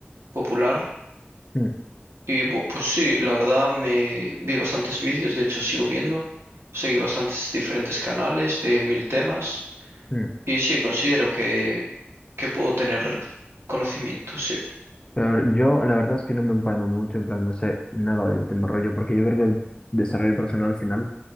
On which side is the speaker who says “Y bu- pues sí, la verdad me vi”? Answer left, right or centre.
Right